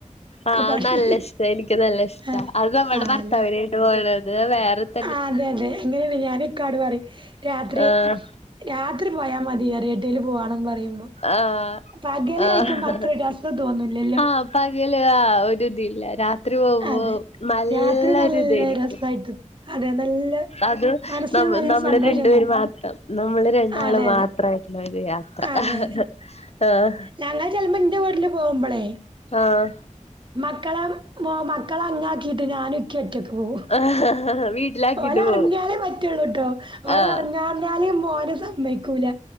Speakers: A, on the left; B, on the right.
A: ആഹ്
B: പണി
A: നല്ല ഇഷ്ട എനിക്ക് നല്ല ഇഷ്ട
B: ആഹ്
A: അത് നമ്മുടെ
B: ആഹ്
A: ഭർത്താവിന്
B: അതെ
A: <unintelligible>
B: ആഹ് അതെതെ <unintelligible> ഞാനു ഇക്കാട് പറെം രാത്രി
A: ആഹ്
B: രാത്രി പോയാ മതി പറയു ഏട്ടേല് പോവാണം പറയുമ്പോ
A: ആഹ്
B: പകല്
A: ആഹ്
B: കഴിക്കുമ്പോ അത്ര രസം തോന്നൂല്ലല്ലോ
A: ആഹ് പകല് ആ ഒര്തില്ല രാ ത്രി പോവ്മ്പോ
B: അതെ
A: നല്ലൊരുതേയിക്കു
B: രാത്രി നല്ല രസായിട്ട് അതെ നല്ല
A: അത്
B: മനസ്സിന്
A: ന
B: നല്ല
A: നമ്മള്
B: സന്തോഷം
A: രണ്ടു പേര്
B: തന്നു
A: മാത്രം നമ്മള് രണ്ടാള്
B: അതെ
A: മാത്രം
B: അതെ
A: മാത്രമായിട്ടുള്ള യാത്ര
B: അതെ
A: ആഹ
B: അതെ ഞങ്ങൾ ചിലുമ്പോ എന്റെ വീട്ടില് പോകുമ്പോളെ
A: ആഹ
B: മക്കളെ മ മക്കളെ അങ്ങാക്കിയിട്ട് ഞാൻ ഒറ്റക്ക് പോ
A: ആഹ് വീട്ടിലാക്കിട്ട്
B: ഓലറങ്ങാലേ
A: പോവും
B: പറ്റുള്ളൂ കേട്ടോ ഓല
A: ആഹ്
B: <inaudible> പറഞ്ഞാലും പോലും സമ്മയിക്കൂല